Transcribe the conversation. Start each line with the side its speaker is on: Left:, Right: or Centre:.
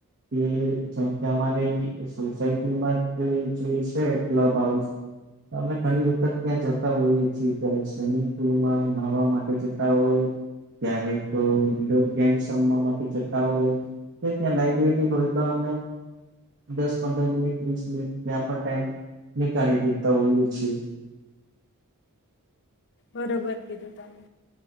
Right: કે જેમ કે અમારે સોસાયટીમાં જે છે ક્લબ હાઉસ અમે ઘણી વખત ત્યાં જતા હોઈએ છીએ ક્યારે સ્વિમિંગ પુલમાં નહવા માટે જતા હોય ક્યારે તો ઇન્ડોર ગેમ્સ વા માટે જતા હોય ત્યાં લાઈબ્રેરી હોય તો અ દસ પંદર મિનિટ વીસ મિનિટ ત્યાં પણ ટાઈમ નીકાળી દેતા હોઈએ છીએ.
Left: બરોબર કીધું તમે